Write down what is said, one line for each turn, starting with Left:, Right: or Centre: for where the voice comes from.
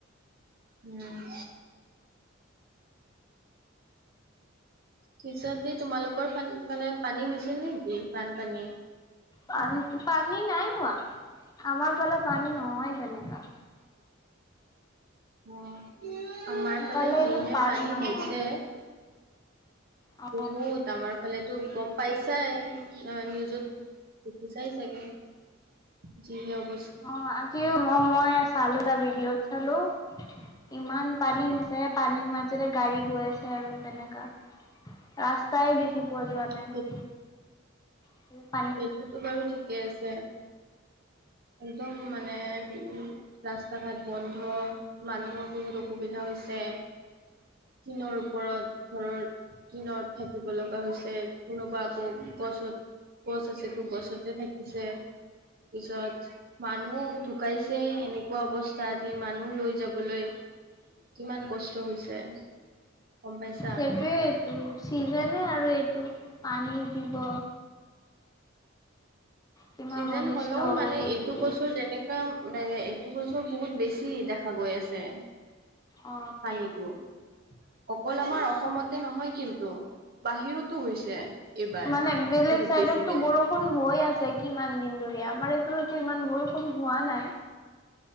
Right: উম পিছতে তোমালোকৰ ফ ইফালে পানী হৈছিল নেকি বানপানী?
Left: পানী- পানী নাই হোৱা, আমাৰ ফালে পানী নহয় তেনেকা
Right: অ'-আমাৰ
Left: ইফালে
Right: ফালে যিহে
Left: ইমান
Right: পানী
Left: নহয়
Right: হৈছে।
Left: অ
Right: বহুত আমাৰ ফালেতো গ'ম পাইছাই নিউজত দেখিছাই চাগে? যি হে অৱ
Left: অ', -আজিও ম-মই চালো এটা ভডিঅ'ত চালো। ইমান পানী হৈছে, পানীৰ মাজতে গাড়ী গৈ আছে আৰু তেনেকা ৰাস্তাই দেখি পোৱা যোৱা নাই
Right: সেই
Left: উম-।
Right: সেইটোতো বাৰু ঠিকেই আছে, একদম মানে উ ৰাস্তা ঘাট বন্ধ, মানুহৰ বহুত অসুবিধা হৈছে। তিনৰ ওপৰত ঘৰৰ তিনত থাকিব লগা হৈছে কোনোবা আকৌ গছত গছ আছে তো গছতে থাকিছে পিছত মানুহ ঢুকাইছে এনেকুৱা অৱস্থাত সি মানুহ লৈ যাবলৈ কিমান কষ্ট হৈছে গম পাইছা?
Left: সেইটোৱে এইটো চিজনে আৰু এইটো পানী উঠিব কিমান
Right: চিজন
Left: অনিষ্ট
Right: হ'লেও
Left: হ'ব
Right: মানে
Left: বস্তু
Right: এইটো বছৰ যেনে কা মানে এইটো বছৰ বহুত বেছি দেখা গৈ আছে
Left: অ
Right: পানীটো অকল আমাৰ অসমতে ন'হয় কিন্তু বাহিৰতো হৈছে এইবাৰ।
Left: মান বেলেগ
Right: বহুত
Left: চাইডতটো
Right: বেছিকে।
Left: বৰ বয়ষুণ হৈ আছে কিমান দিন ধৰি আমাৰ আচলতে ইমান বৰষুণ হোৱা নাই।